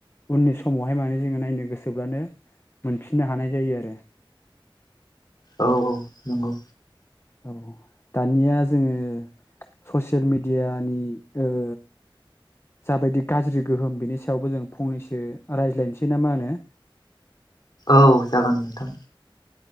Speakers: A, on the left; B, on the left.
A: उननि समावहाय माने जोङो नायनो गोसोब्लानो मोनफिननो हानाय जायो आरो।
B: औ औ नंगौ।
A: औ दानिया जोङो ससियेल मिडियानि ओ जाबायदि गाज्रि गोहोम बिनि सायावबो जों फंनैसो रायज्लायनोसै ना मा होनो?
B: औ जागोन नोंथां।